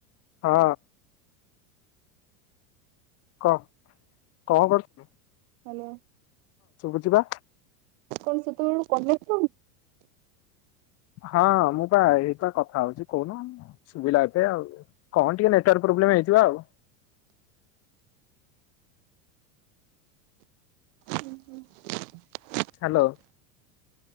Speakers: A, on the left; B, on the right.
A: ହଁ। କ? କଁ କରୁଥିଲୁ?
B: ହାଲୋ।
A: ଶୁଭୁଛି ବା
B: କଣ ସେତେବେଳୁ କମେ <inaudible>
A: ହଁ ମୁଁ ପା ଏଇପା କଥା ହଉଛି କହୁନୁ ସୁବିଲା ଏବେ ଆଉ କଣ ଟିକେ ନେଟୱାର୍କ ପ୍ରୋବ୍ଲେମ ହେଇଥିବ ଆଉ।
B: <inaudible>
A: ହାଲୋ।